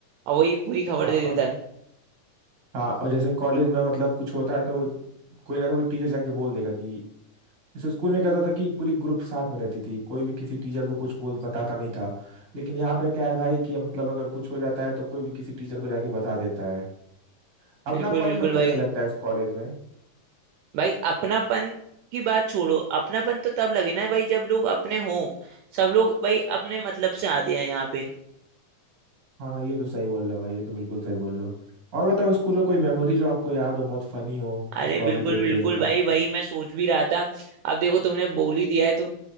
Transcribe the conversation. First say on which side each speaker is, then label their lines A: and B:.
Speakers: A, on the right (about 80°); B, on the right (about 40°).
A: और वही पूरी खबर
B: हाँ
A: दे
B: और
A: देता है
B: हाँ और जैसे कॉलेज में मतलब कुछ होता है तो कोई ना तो कोई टीचर जाके बोल देगा कि जैसे स्कूल में क्या होता था कि पूरी ग्रुप साथ में रहती थी कोई भी किसी टीचर को कुछ बोल बताता नहीं था लेकिन यहाँ पे क्या है भाई कि मतलब अगर कुछ हो जाता है तो कोई भी किसी टीचर को जाके बता देता है
A: बिल्कुल
B: अपनापन
A: बिल्कुल
B: मतलब
A: भाई
B: नहीं लगता है इस कॉलेज में
A: भाई अपनापन की बात छोड़ो अपनापन तो तब लगे ना भाई जब लोग अपने हों सब लोग भाई अपने मतलब से आते हैं यहाँ पे
B: हाँ ये तो सही बोल रहे हो भाई ये तो बिल्कुल सही बोल रहे हो और बताओ स्कूल का कोई मेमोरी जो आपको याद हो बहुत फनी हो
A: अरे
B: जिसको
A: बिल्कुल
B: आपको देख
A: बिल्कुल
B: के मतलब
A: भाई वही मैं सोच भी रहा था अब देखो तुमने बोल ही दिया है तो